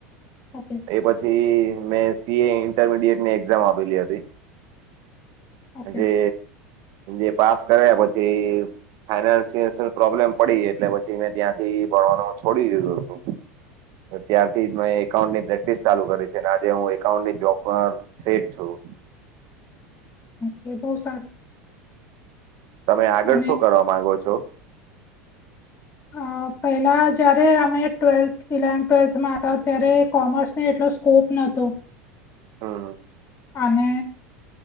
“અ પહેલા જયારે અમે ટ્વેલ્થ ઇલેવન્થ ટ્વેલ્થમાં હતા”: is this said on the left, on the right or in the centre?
Left